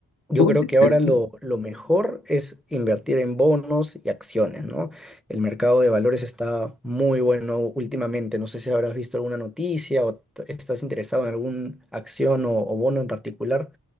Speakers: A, in the centre; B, on the left (about 60°).
A: Yo
B: ¿Cómo
A: creo
B: que
A: que ahora
B: eso?
A: lo, lo mejor es invertir en bonos y acciones, ¿no? El mercado de valores está muy bueno últimamente. No sé si habrás visto alguna noticia o t- estás interesado en alguna acción o o bono en particular.